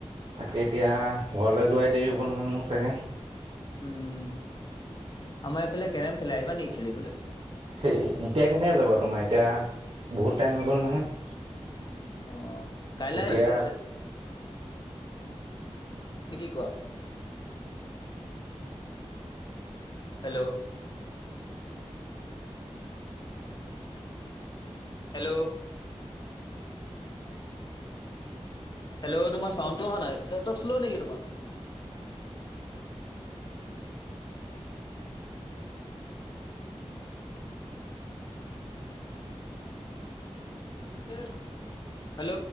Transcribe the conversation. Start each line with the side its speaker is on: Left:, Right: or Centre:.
Right: তাকে এতিয়া ঘৰলে যোৱাই দেৰি হ'ব নহয় মোৰ চাগে।
Left: উম, আমাৰ এইফালে কেৰম খেলে, আহিবা নেকি খেলিবলৈ?
Right: সেই এতিয়া কেনেকে যাবা তোমাৰ এতিয়া বহুত টাইম হৈ গ'ল নহয়।
Left: অঁ কাইলে
Right: এতিয়া
Left: আহিবা তেতিয়াহলে। ত কি কোৱা? হেল্ল। হেল্ল। হেল্ল তোমাৰ চাউণ্ডটো অহা নাই, নেটৱৰ্ক শ্ল নেকি তোমাৰ? তে হেল্ল।